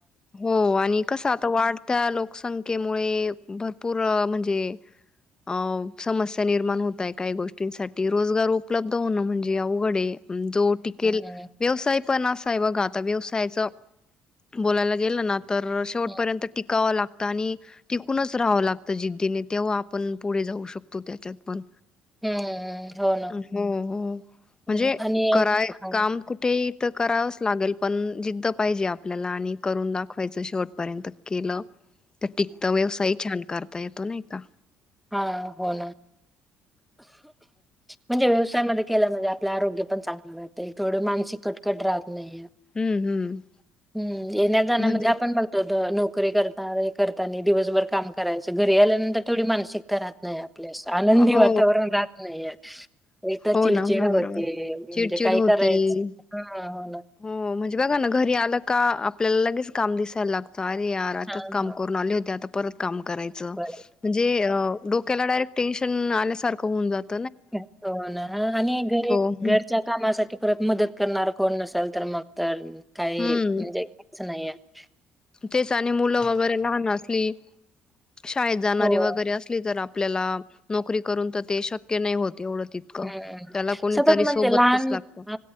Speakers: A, on the left; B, in the centre.
A: हो, आणि कस, आता वाढत्या लोकसंख्ये - मुळे भरपूर, म्हणजे... अ समस्या निर्माण होताय, काही गोष्टींसाठी रोजगार उपलब्ध होणं म्हणजे अवघड हे. जो टिकेल,
B: हम्म
A: व्यवसाय- पण असा आहे बघा आता व्यवसायाचं. बोलायला गेईल ना. तर शेवटपर्यंत
B: हम्म
A: टिकावं लागत. आणि टिकूनच राहावं लागतं जिद्दीने तेव्हा आपण पुढे जाऊ शकतो त्याच्यात पण.
B: हम्म ना
A: हो हो
B: हम्म,
A: म्हणजे
B: आणि
A: कराय
B: हा हो
A: काम कुठेही. तर करावंच लागेल पण जिद्द पाहिजे आपली. आपल्याला आणि करून दाखवायचं शेवटपर्यंत केलं. तर टिकता व्यवसाय छान करता येतो नाही का.
B: हा हो ना म्हणजे व्यवसायामध्ये केल्यामध्ये आपले आरोग्य पण चांगलं राह थोड मानसिक कटकट राहत. नाहीये
A: हम्म हम्म.
B: हम्म येण्या जाण्यामध्ये
A: म्हणजे
B: आपण बघतो. नोकरी कर करता दिवसभर काम करायचं, घरी आल्यानंतर थोडी मानसिक. तर राहत नाही आपल्यास आनंदी
A: हो
B: वातावरण राहत नाही, एक तर
A: हो
B: चिडचिड
A: ना हो ना
B: होते,
A: बरोबर
B: म्हणजे
A: चिडचिड
B: काय
A: होती
B: करायचं ह हो ना.
A: हो म्हणजे बघा ना घरी आलं का आपल्याला लगेच काम दिसायला लागतं. सारे यार आताच
B: हा
A: काम
B: हा
A: करून आले होते आता. परत काम. करायच म्हणजे.
B: बर
A: तोकला डायरेक् टेनशनल्यासारं होऊनात. <unintelligible>
B: तो हो ना आणि घरी
A: हं,
B: घरच्या कामासाठी. परत मदत करणार कोण नसेल तर मग तर. काही
A: हम्म
B: म्हणजेच नाहीये. <unintelligible>
A: तेच आणि मुलं वगैरे लहान असली. शाळेत जाणारी
B: हो
A: वगैरे असली तर आप आपल्याला नोकरी करून तर ते शक्य नाही होत. एवढं तितकं
B: हम्मम्
A: त्याला कोणीतरी
B: सतत म्हणजे,
A: सोबतच
B: लहान
A: लागत
B: ह